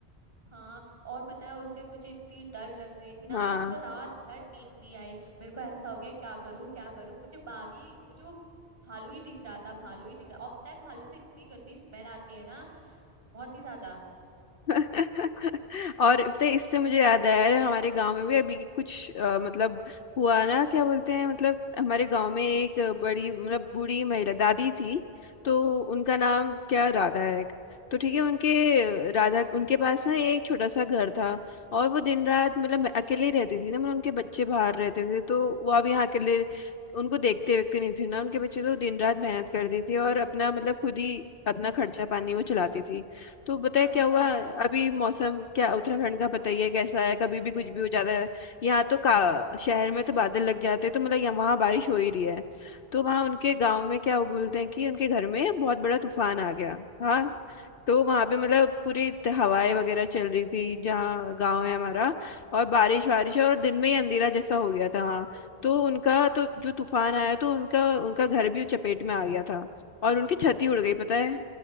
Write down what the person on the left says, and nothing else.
हाँ
<laughs> और पता है, इससे मुझे याद आया अरे हमारे गांव में भी अभी कुछ अ, मतलब हुआ ना क्या बोलते हैं मतलब हमारे गांव में एक बड़ी मतलब बूढ़ी महिला दादी थी तो उनका
नाम क्या राधा है तो ठीक है उनके राधा उनके पास ना एक छोटा सा घर था और वो दिन रात मतलब मैं अकेले ही रहती थी ना मतलब उनके बच्चे बाहर रहते थे तो वो अब यहाँ अकेले उनको देखते व्यक्ति नहीं थी ना उनके बच्चे तो दिन रात मेहनत करती थी और अपना मतलब खुद ही अपना खर्चा पानी वो चलाती थी तो बताए
क्या हुआ
अभी मौसम क्या उत्तराखंड का बताइए कैसा है कभी भी कुछ भी हो जाता है यहाँ तो का शहर में तो बादल लग जाते हैं तो मतलब यहाँ वहाँ बारिश हो ही रही है तो वहाँ उनके गांव में क्या वो बोलते हैं कि उनके घर में बहुत बड़ा तूफान आ गया हाँ तो वहां
पे मतलब पूरी त- हवाएं वगैरह चल रही थी जहाँ गांव है हमारा और बारिश बारिश
और दिन में ही अंधेरा जैसा हो गया था हाँ तो उनका तो जो तूफान आया तो उनका उनका घर भी चपेट में आ गया था और उनकी छत ही उड़ गई पता है